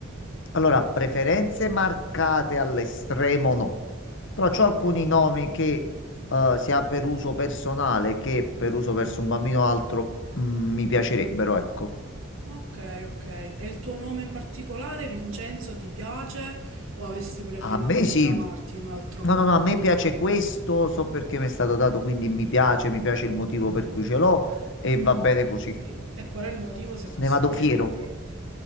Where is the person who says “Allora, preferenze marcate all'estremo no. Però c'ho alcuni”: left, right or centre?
Left